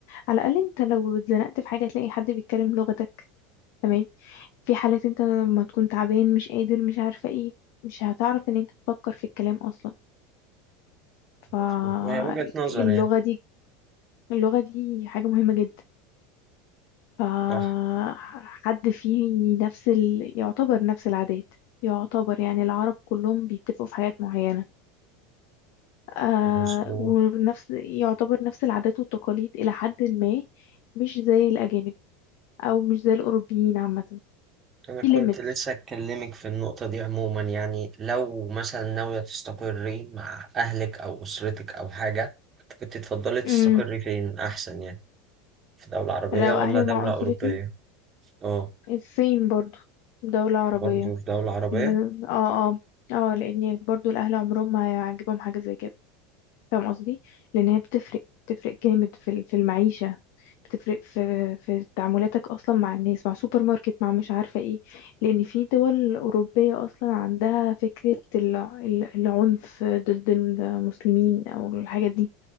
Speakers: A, on the left; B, on the right.
A: على الأقل أنت لو اتزنقت في حاجة تلاقي حد بيتكلم لغتك تمام في حالات انت لما تكون تعبان مش قادر مش عارفة ايه مش هتعرف ان انت تفكر في الكلام اصلا
B: مظبوط
A: فاللغة
B: وهي وجهة نظر يعني
A: دي اللغة دي حاجة مهمة جدا فحد
B: صح
A: فيه نفس ال... يعتبر نفس العادات يعتبر يعني العرب كلهم بيتفقوا في حاجات معينة آه
B: مظبوط
A: ونفس يعتبر نفس العادات والتقاليد إلى حد ما مش زي الأجانب أو مش زي الأوروبيين عامة
B: أنا
A: في
B: كنت
A: limits
B: لسه أتكلمك في النقطة دي عموما يعني لو مثلا ناوية تستقري مع أهلك أو أسرتك أو حاجة كنت تفضلي تستقري
A: امم
B: فين أحسن يعني؟ في دولة عربية
A: لو
B: ولا
A: أهلي
B: دولة
A: مع أسرتي
B: أوروبية؟ أه
A: الصين برضو دولة عربية
B: برضه في دولة عربية؟
A: ل- اه اه اه لأن برضو الأهل عمرهم ما هيعجبهم حاجة زي كده فاهم قصدي؟ لأن هي بتفرق بتفرق جامد في ال- في المعيشة بتفرق في في تعاملاتك أصلا مع الناس مع سوبر ماركت مع مش عارفة ايه لأن في دول أوروبية أصلا عندها فكرة ال- ال- العنف ضد المسلمين أو الحاجات دي